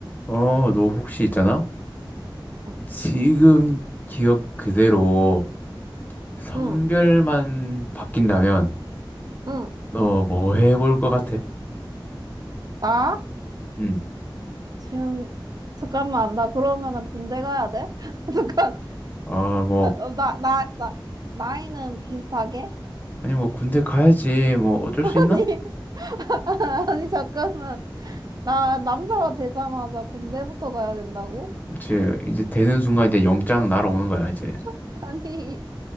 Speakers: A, on the left (about 20°); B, on the right (about 50°).
A: 어, 너 혹시 있잖아?
B: 응,
A: 지금 기억 그대로 성별만
B: 응.
A: 바뀐다면
B: 응
A: 너 뭐 해볼 것 같아?
B: 나?
A: 응.
B: 지금, 잠깐만, 나 그러면은 군대 가야 돼? <laughs> 잠깐,
A: 아, 뭐,
B: 어, 어, 나, 나, 나, 나이는 비슷하게?
A: 아니 뭐 군대 가야지. 뭐 어쩔
B: <laughs> 아니,
A: 수 있나?
B: <laughs> 아니, 잠깐만. 나 남자가 되자마자 군대부터 가야 된다고?
A: 그치. 이제 되는 순간 이제 영장 날아오는 거야, 이제.
B: <laughs> 아니,